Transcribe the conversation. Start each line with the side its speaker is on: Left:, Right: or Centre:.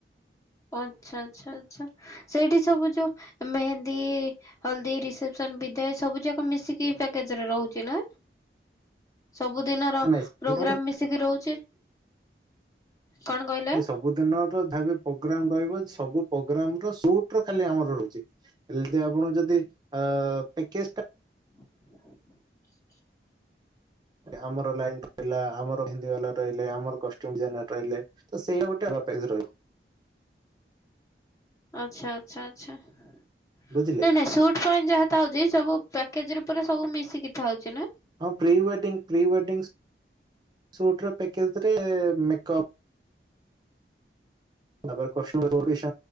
Left: ଆଚ୍ଛା ଆଛା ଆଛା ସେଇଠି ସବୁ ଯୋଉ ମେହେନ୍ଦୀ ହଲଦି ରିସେପ୍ସନ ବିଧ ସବୁ ଯାକ ମିଶିକି ପେକେଜ ରହୁଛି ନା। ସବୁଦିନର
Right: ନାଇଁ
Left: ପ୍ରୋଗ୍ରାମ
Right: ସେଇଟା ଗୋଟେ
Left: ମିଶିକି ରହୁଛି କଣ କହିଲେ?
Right: ନାଇଁ ସବୁ ଦିନର <unintelligible> ସବୁ ପ୍ରୋଗ୍ରାମ ର ସୁ ଖାଲି ଆମର ରହୁଛି ହେଲେ ଆପଣ ଯଦି ପେକେଜ୍ ତ
Left: <unintelligible>
Right: ଆମର ଲାଇନ ରହିଲା ଆମର ହି ବାଲା ରହିଲେ ଆମରଡି ରହିଲେ ତ ସେଇଆ ଗୋଟେ ବପାର ରହିବ।
Left: ଆଚ୍ଛା ଆଚ୍ଛା ଆଚ୍ଛା। ନାଇଁ
Right: ବୁଝିଲେ।
Left: ନାଇଁ ସୁଟ ପାଇଣ୍ଟ ଯାହା ହଉଛି ସବୁ ପ୍ୟାକେଜରେ, ଉପରେ ସବୁ ମିଶିକି ଥାଉଛି ନା
Right: ହଁ pre wedding pre wedding shoot ର ପ୍ୟାକେଜରେ ମେକପ୍ ତାପରେ କଷ୍ଟ୍ୟୁମରେ <inaudible>